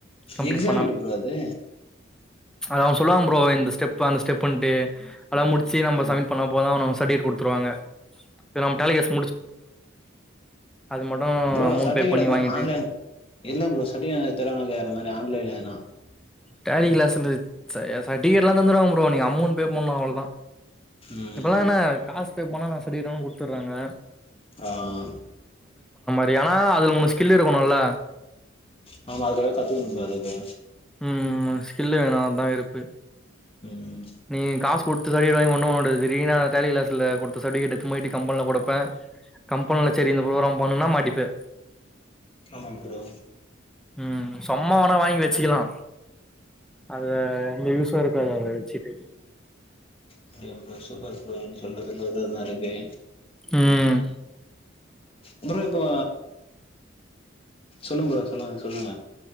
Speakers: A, in the centre; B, on the left.
A: கம்ப்ளீட்
B: எக்ஸாம் எப்டி ஃப்ரோ அது
A: அவங்க சொல்லுவாங்க ஃப்ரோ இந்த ஸ்டெப்பு அந்த ஸ்டெப்புன்ட்டு அத முடிச்சி நம்ப
B: ம்
A: சம்மிட் பண்ணா போது அவனுங்க சட்டுவிட் குடு துருவாங்க நம்ப டேலி கேஸ் மட்டும்
B: ப்ரோ
A: அமௌண்ட்
B: சர்டிவிகேட்
A: பே பண்ணி
B: அந்த
A: வாங்கிட்டு
B: ஆன்லைன் என்ன ஃப்ரோ சர்டிவிகேட் எனக் தராங்களா இல்லயா இந்த மாரி <unintelligible>
A: டேலி கிளாஸுன்றது ச சட்விகேட்லா தந்துருவாங்க ப்ரோ நீங்க அமௌண்ட் பே பண்ணா அவ்ளோதா
B: ம்
A: இப்பதானே காஸ் பே பணகாஸ் சர்டிவிகேட் அங்க குடுத்தர்றாங்க
B: ஆஹ்
A: டே ஆனா அதுல ஒனக் ஸ்கில் இருக்குனுல
B: நம்ப அதுல எது கத்துகனு இல்ல அது
A: உம் மஸ் இல்ல நா தா இருப்பு
B: ம்
A: நீ காஸ் குடுத் த்து சர்டிவிகேட் வாங்கி ஒண்ணு ஒடு சரிங்களா டேலிகிளாஸ்ல குடுத்த சர்டிவிகேட்ட <unintelligible> கம்பன்ல குப்பே கம்பன்ல சரி இந்த ஃப்ரோகராம் பண்ணுன்னா மாட்டிப்பே
B: ஆமா ப்ரோ
A: ம் சம்மா வேணா வாங்கி வச்சிக்கலா அத இங்க யூஷா இருக்காது அது செரி பேசிட்டு
B: அப்டியாங் ப்ரோ சுப்பர் ப்ரோ நீங்க சொல்றதுல ஒன்னு ஒன்னு அரைப்பே
A: உம்
B: அப்றோ இப்போ சொல்லுங்க ப்ரோ சொல்லவந்த சொல்லுங்க